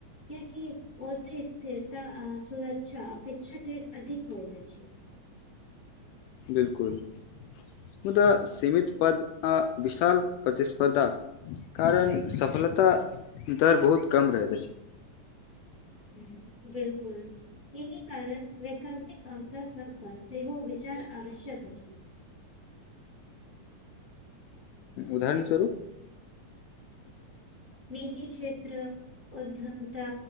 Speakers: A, in the centre; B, on the left.
A: किआकि ओते स्थिरता आ सुरक्षा अपेक्षाके अधिक होइत अछि
B: बिलकुल मु सीमित पद आ विशाल प्रतिस्पर्धा कारण सफलता दर बहुत कम रहैत अछि
A: ह बिलकुल एहि कारण वैकल्पिक अवसर सभ पर सेहो विचार आवश्यक अछि
B: उदाहरण स्वरूप
A: निजी क्षेत्र उध्यमता